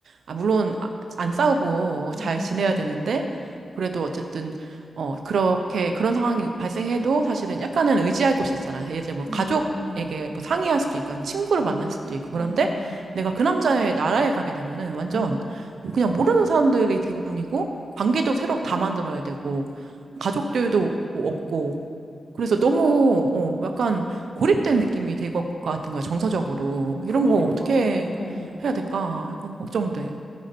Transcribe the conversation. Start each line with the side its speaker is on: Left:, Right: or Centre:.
Right: 아, 물론 아- 안 싸우고 잘
Centre: 응, 응,
Right: 지내야 되는데,
Centre: 응, 응,
Right: 그래도 어쨌든, 어, 그렇게, 그런 상황이 발생해도 사실은 약간은 의지할 곳이 있잖아. 예를 들면 뭐 가족에게
Centre: 응, 응, 응, 응,
Right: 뭐 상의할 수도 있고, 아니면 친구를 만날
Centre: 응,
Right: 수도 있고, 그런데
Centre: 응, 응, 응,
Right: 내가 그 남자의 나라에 가게 되면은 완전
Centre: 응, 응.
Right: 뭐 그냥 모르는 사람들이 대부분이고, 관계도 새로 다 만들어야 되고, 가족들도 뭐 없고, 그래서 너무, 어, 약간 고립된 느낌이 될 것 같은 거야, 정서적으로.
Centre: 그러니까,
Right: 이런 거 어떻게
Centre: 어.
Right: 해야 될까? 약간 걱정돼.